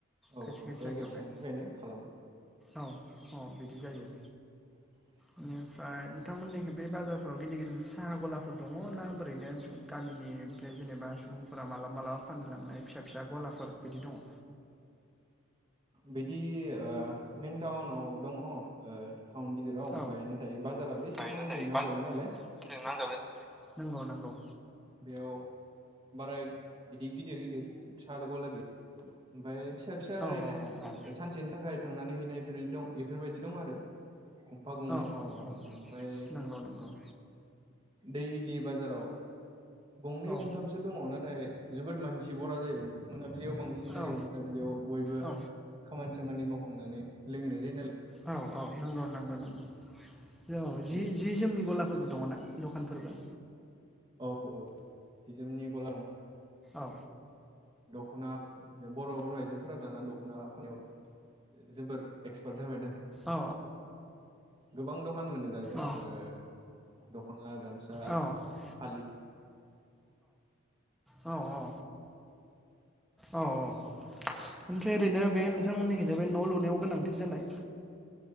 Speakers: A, in the centre; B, on the right.
A: खायसे
B: औ
A: खायसे
B: जायगा
A: जायगायावहाय
B: फिसानि थाखायनो खालामा
A: औ औ बिदि जायो।
B: <inaudible>
A: बेनिफ्राय नोंथांमोननिखि बे बाजारफ्राव गिदिर गिदिर साहा गलाफोर दङ ना ओरैनो गामिनि बेनिफ्राय जेनेबा सुबुंफोरा मालाबा मालाबा फाननो लांनाय फिसा फिसा गलाफोर बिदि दङ
B: बिदि ओ मेन टाउनाव दङ ओ टाउन गिदिराव ओमफ्राय
A: औ
B: नाथाय बाजाराबो एसे
A: थायो
B: टाउनजों
A: नाथाय
B: नांजाबनाय नालाय
A: बाजारजों नांजाबनाय नंगौ नंगौ।
B: बेयाव बाराय इदि गिदिर गिदिर साहा गला गैया ओमफ्राय फिसा फिसा
A: औ
B: ओरैनो
A: औ औ
B: सानसेनि थाखाय थांनानै हैनायफोर दं बेफोरबायदि दं आरो गंफा गंनै
A: औ औ औ
B: ओमफ्राय
A: नंगौ नंगौ
B: दैलि बाजाराव गंनै
A: औ
B: गंथामसो दङ नाथाय जोबोद मानसि बरा जायो मो नाबिलियाव बांसिन जायो
A: औ
B: मोनाबिलियाव बयबो
A: औ
B: खामानि सामानि मावखांनानै लोङैनाय जायो नालाय
A: औ औ नंगौ नंगौ नंगौ औ जि
B: जेरै
A: जि जोमनि गलाफोरबो दङ दा दखानफोरबो
B: औ औ सि जोमनि गला <unintelligible>
A: ओ
B: दखना बर' बर' आइजोफोरा दाना दख'ना फानो जोबोर एक्सपार्ट जाबायना
A: औ
B: गोबां दखान मोनो दा जोंनाव
A: औ
B: ओ दख'ना गामसा
A: औ
B: फालि
A: औ औ औ औ ओमफ्राय ओरैनो बे नोंथांमोननिखि जा बे न' लुनायाव गोनांथि जानाय